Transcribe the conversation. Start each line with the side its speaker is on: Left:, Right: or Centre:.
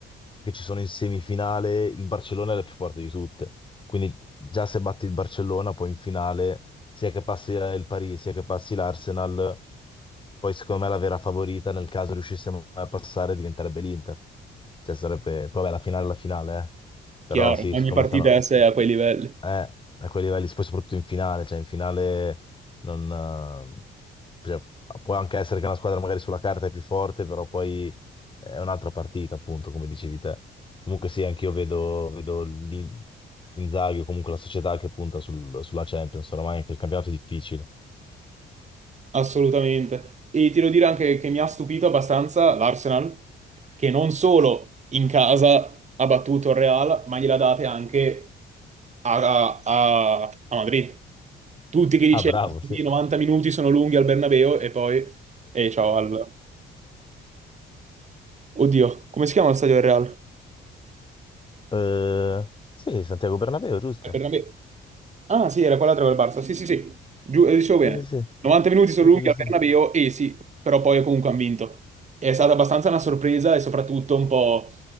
Left: che ci sono in semifinale il Barcellona è la più forte di tutte, quindi già se batti il Barcellona poi in finale, sia che passi eh, il Paris, sia che passi l'Arsenal, poi secondo me la vera favorita nel caso riuscissimo a passare diventerebbe l'Inter, cioè sarebbe, poi vabbè la finale è la finale, eh. Però
Right: Chiaro,
Left: sì,
Right: ogni
Left: siccome
Right: partita
Left: stanno...
Right: è a sé a quei livelli.
Left: Eh, a quei livelli, poi soprattutto in finale, cioè in finale non... eh, cioè, può anche essere che una squadra magari sulla carta è più forte, però poi è un'altra partita, appunto, come dicevi te. Comunque sì, anch'io vedo, vedo l'In- Inzaghi o comunque la società che punta sul- sulla Champions, oramai anche il campionato è difficile.
Right: Assolutamente. E ti devo dire anche che mi ha stupito abbastanza l'Arsenal, che non solo in casa ha battuto il Real, ma gliela date anche a, a- a- a Madrid. Tutti che dicevano
Left: Ah, bravo,
Right: "Sì,
Left: sì.
Right: 90 minuti sono lunghi al Bernabeu e poi... E ciao al... Oddio, come si chiama lo stadio del Real?
Left: Eh, sì, Santiago Bernabéu, giusto?
Right: Eh, Bernabé. Ah, sì, era quell'altra col Barça. Sì, sì, sì. Giù, eh, dicevo bene.
Left: Sì, sì, sì,
Right: 90 minuti sono
Left: sì,
Right: lunghi
Left: sì, giusto.
Right: al Bernabéu e sì, però poi comunque hanno vinto. È stata abbastanza una sorpresa e soprattutto un po'